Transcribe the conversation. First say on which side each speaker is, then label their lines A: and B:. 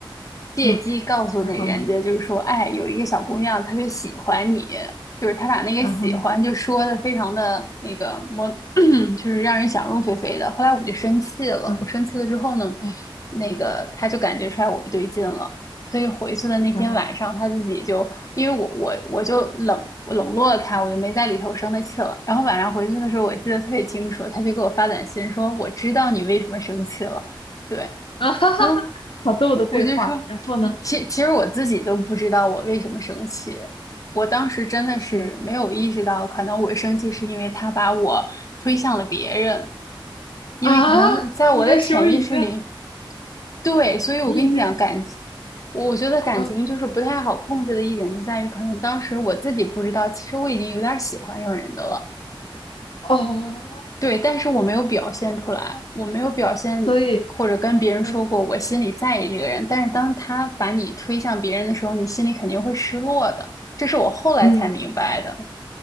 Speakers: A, on the left (about 40°); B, on the left (about 70°).
A: 借机告诉那人家，
B: 嗯，然后呢？
A: 就是说，哎，有一个小姑娘特别喜欢你，就是他把那个喜欢就说的非常的那个模，
B: 然后呢？
A: <clears throat> 就是让人想入非非的。后来我就生气了，
B: 嗯
A: 我生气了之后呢，
B: 哦，
A: 那个他就感觉出来我不对劲了。所以回去的那天晚上，
B: 然后
A: 他自己就因为我我我就冷我冷落了他，我就没在里头生他气了。然后晚上回去的时候，我记得特别清楚，他就给我发短信说：“我知道你为什么生气了。”对，
B: 啊哈哈哈，
A: 然后
B: <laughs> 好逗的对话。
A: 我就说，
B: 然后呢？
A: 嗯其其实我自己都不知道我为什么生气。我当时真的是没有意识到，
B: 是
A: 可能我生气是因为他把我推向了别人，因为可能在我的潜意识里，
B: 啊，你的手已经，
A: 对，所以我跟你讲，
B: 你已经，
A: 感，我觉得感情就是不太好控制的一点，
B: 嗯
A: 就在于可能当时我自己不知道，其实我已经有点儿喜欢上人的了，
B: 哦，
A: 对，但是我没有表现出来，我没有表现或者跟别人说过我心里在意这个人，
B: 所以嗯
A: 但是当他把你推向别人的时候，你心里肯定会失落的，这是我后来才明白的。
B: 嗯，